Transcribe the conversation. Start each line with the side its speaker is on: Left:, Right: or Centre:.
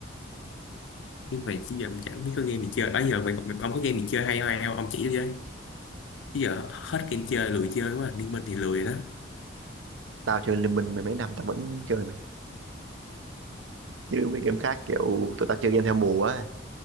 Left: chứ mày chỉ giờ cũng chẳng biết có game gì chơi đó giờ mày, mày ông có game gì chơi hay không hay không ông chỉ cho chứ chứ giờ hết game chơi lười chơi quá à. liên minh thì lười rồi đó
Right: tao chơi liên minh mười mấy năm tao vẫn chơi mày chứ mấy game khác kiểu tụi tao chơi game theo mùa á